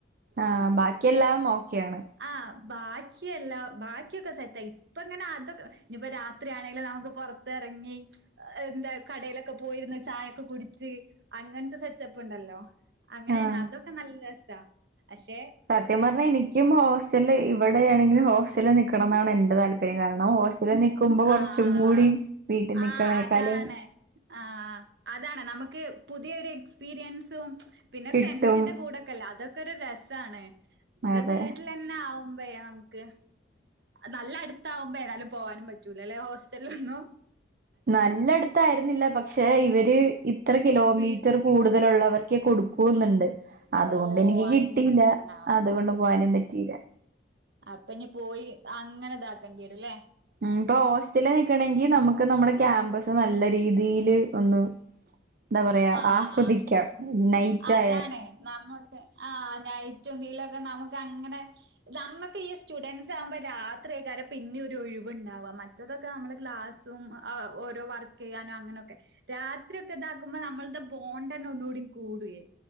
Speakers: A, on the right (about 50°); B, on the right (about 70°).
A: ആഹ്, ബാക്കിയെല്ലാം ഓക്കെയാണ്.
B: ആഹ്, ബാക്കിയെല്ല ബാക്കിയൊക്കെ സെറ്റ. ഇപ്പ ങ്ങനെ അതൊക്കെ ഇഞ്പ്പോ രാ ത്രീയാണേ ങ്കിലും നമുക്ക് പൊർതർങ്ങി, ന്താ കടയിലൊക്കെ പോയിര്ന്ന് ചായൊക്ക കുടിച്ച്. അങ്ങൻത്തെ സെറ്റപ്പ് ണ്ടല്ലോ? അങ്ങനെണ്.
A: ആഹ്
B: അതൊക്കെ നല്ല രസ അശെ?
A: സത്യം പറഞ, എനിക്കും ഹോസ്റ്റല് ഇവിടെയാണെ ങ്കിലും ഹോസ്റ്റല് നിക്കണം ന്നാണ്. എന്റെ താല് കാരണം. ഹോസ്റ്റലിൽ നിക്കുമ്പോ കൊർചും
B: ആഹ്
A: കൂടിം വീട്ടിൽ നിക്കണേക്കാലും.
B: ആഹ് അതാണ്. ആഹ് അതാണ്. നമുക്ക് പുതിയ ഒരു എക്സ്പീരിയൻസും, പിന്നെ
A: കിട്ടും
B: ഫ്രണ്ട്സിന്റെ കൂടെക്കല്ലേ? അതൊ. ക്കെരസാണ്. ഇത്
A: അതെ
B: വീട്ടിൽ. ന്ന ആവുമ്പ നമുക്ക് നല്ലഅ ടുത്തക്മ്പോ ഏതാലും പോവാനും പറ്റൂലല്ലേ. ഹോസ് സ്റ്റൽ ഹിന്നു.
A: നല്ലട് ത്തായിരുന്നില്ല. പക്ഷെ, ഇവര് ഇത്ര കിലോമീറ്റർ.
B: വീ
A: കൂടുതലുള്ളവർക്കേ കൊടുക്കുന്നുണ്ട്. അതുകൊണ്ട്
B: ഓഹ്
A: എനിക്ക് കിട്ടീല്ല?
B: അങ്ങനെത്ണ്ടാവും
A: അതുകൊണ്ട് പോവാനും പറ്റീല്ല?
B: അപ്പനി പോയി, അങ്ങനെ താക്കേണ്ടി രും ല്ലേ?
A: ഉം, പ്പൊ ഹോസ്റ്റലിൽ നിക്കണെങ്കി നമുക്ക്. നമ്മുടെ ക്യാമ്പസ് നല്ല രീതില്, ഒന്ന് ന്താ പറയാ
B: ആഹ്
A: ആസ്വദിക്കാം. നൈറ്റ്
B: അതാണ്,
A: ആയ
B: നമുക്ക് ആഹ്, നൈറ്റും ദി ല്ലൊക്കെ നമുക്ക് അങ്ങനെ. നമ്മക്ക് ഈ സ്റ്റുഡന്റ്സ് ആവുമ്പോ, രാത്രിയക്കാരം പിന്നെ ഒരു ഒഴിവുണ്ടാവാ, മറ്റ. തൊക്കെ നമ്മള് ക്ലാസും, ഓരോ വർക്കെയ്യാനും അങ്ങനൊക്കെ. രാത്രി ഒക്കെ താക്കുമ്പോ നമ്മൾ തെ ബോണ്ട്ന്നെ ഒന്നും കൂടി കൂടുയെ.